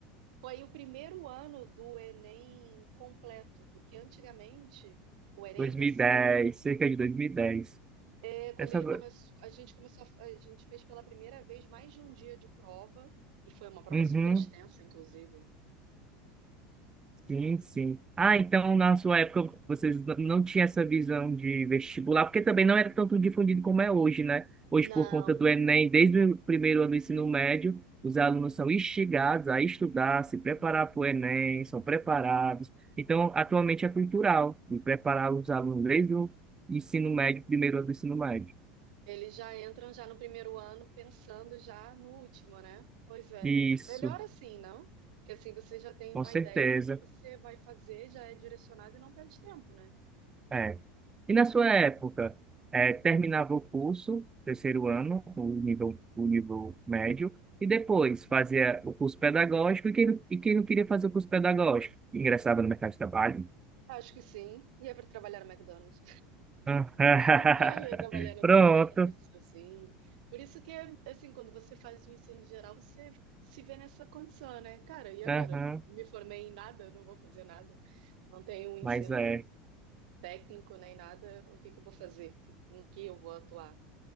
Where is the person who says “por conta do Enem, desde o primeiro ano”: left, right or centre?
Right